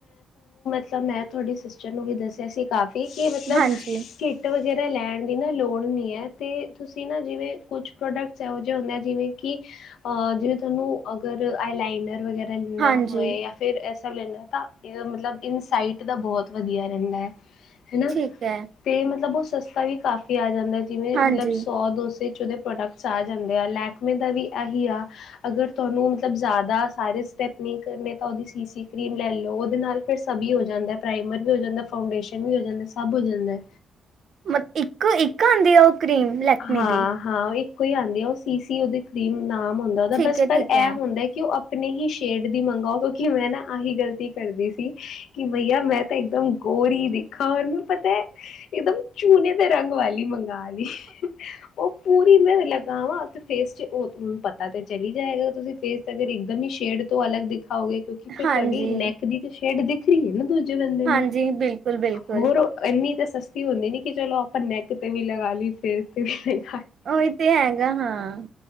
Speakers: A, on the left (about 80°); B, on the right (about 50°).
A: ਤ ਮੈ ਤੁਹਾਡੀ ਸਿਸਟਰ ਨੂੰ ਵੀ ਦੱਸਿਆ ਸੀ ਕਾਫ਼ੀ ਕਿ ਮਤਲਬ
B: ਹਾਂਜੀ
A: ਕਿੱਟ ਜਿਹੜਾ ਲੈਨ ਦੀ ਨਾ ਲੋੜ ਨੀ ਹੈ, ਤੇ ਤੁਸੀਂ ਨਾ ਜਿਵੇਂ ਕੁਛ ਪ੍ਰੋਡਕਟ ਇਹੋ ਜੇ ਹੁੰਦੇ ਆ ਜਿਵੇਂ ਕਿ ਅ ਜਿਵੇਂ ਤੁਹਾਨੂੰ ਅਗਰ ਆਈਲਾਈਨਰ ਵਗੇ <unintelligible>
B: ਹਾਂਜੀ
A: ਹੋਏ ਯਾਂ ਫਿਰ ਏਸ ਲੈਂਨਾ ਤਾਂ ਇਹ ਮਤਲਬ ਇਨਸਾਈਟ ਦਾ ਬਹੁਤ ਵਧੀਆ ਰਹਿੰਦਾ ਐ। ਹਨਾ,
B: ਠੀਕ ਹੈ
A: ਤੇ ਮਤਲਬ ਉਸ ਸਸਤਾ ਵੀ ਕਾਫੀ ਆ ਜਾਂਦਾ ਜਿਵੇਂ
B: ਹਾਂਜੀ
A: ਮਤਲਬ ਸੌ ਦੋ ਸੇ <unintelligible> ਪ੍ਰੋਡਕਟਸ ਆ ਜਾਂਦੇ ਆ, ਲੈਕਮੇ ਦਾ ਵੀ ਏਹੀ ਆ, ਅਗਰ ਤੁਹਾਨੂੰ ਮਤਲਬ ਜ਼ਿਆਦਾ ਸਾਰੇ ਸਟੈਪ ਨੀ ਕਰਨੇ ਤਾਂ ਉਹਦੀ ਸੀ-ਸੀ ਕਰੀਮ ਲੈ ਲੋ, ਉਹਦੇ ਨਾਲ ਫਿਰ ਸਭੀ ਹੋ ਜਾਂਦਾ ਪ੍ਰਾਈਮਰ ਵੀ ਹੋ ਜਾਂਦਾ, ਫਾਊਂਡੇਸ਼ਨ ਵੀ ਹੋ ਜਾਂਦਾ ਸਭ ਹੋ ਜਾਂਦਾ।
B: ਮ ਇੱਕ-ਇੱਕ ਆਂਦੀ ਆ ਉਹ ਕਰੀਮ ਲੈਕਮੀ
A: ਹਾਂ-ਹਾਂ
B: ਦੀ
A: ਇੱਕ ਕੋਈ ਆਂਦੀ ਆ ਉਹ ਸੀ-ਸੀ ਉਹਦੇ ਕਰੀਮ ਨਾ ਹੁੰਦਾ
B: ਠੀਕ
A: ਬਸ
B: ਹੈ
A: ਪਰ
B: ਠੀਕ
A: ਏਹ
B: ਹੈ
A: ਹੁੰਦਾ ਕਿ ਉਹ ਅਪ ਆਪਣੀ ਹੀ ਸ਼ੇਡ ਦੀ ਮੰਗਓ ਕਿਉਂਕਿ ਮੈ ਨਾ ਆਹੀ ਗਲਤੀ ਕਰਦੀ ਸੀ ਕਿ ਭਈਆ ਮੈਂ ਤਾਂ ਇੱਕਦਮ ਗੋਰੀ ਦੇ ਖਾ ਮ ਪਤਾ ਹੈ ਇੱਕਦਮ ਚੁਨੇ ਦੇ ਰੰਗ ਵਾਲ ਦੀ ਮੰਗਾ ਲਈ। ਉਹ ਪੂਰੀ ਮ ਲਗਾਵਾ ਤੇ ਫੇਸ ਚ ਉਹੂੰ ਪਤਾ ਤੇ ਚਲੀ ਜਾਏਗਾ, ਤੁਸੀਂ ਫੇਸ ਤੇ ਅਗਰ ਇਕ ਦਮ ਹੀ ਸ਼ੇਡ ਤੋਂ ਅਲੱਗ ਦਿਖ ਖਾਓਗੇ ਕਿਉਂਕਿ ਫਿਰ
B: ਹਾਂਜੀ
A: ਤੁਹਾਡੀ ਨੈਕ ਦੀ ਤੇ ਸ਼ੇਡ ਦੀਖ <unintelligible> ਦੂਜੇ ਬੰਦੇ
B: ਹਾਂਜੀ
A: ਨੂੰ
B: ਬਿਲਕੁਲ ਬਿਲਕੁਲ
A: ਹੋਰ ਇਨੀ ਤਾਂ ਸਸਤੀ ਹੁੰਦੀ ਨੀ ਕਿ ਚਲੋ ਆਪਾਂ ਨੈਕ ਤੇ ਵੀ ਲਗਾ ਲਈ ਫੇਰ <inaudible>
B: ਉਹੀ ਤੇ ਹੈਗਾ ਹਾਂ।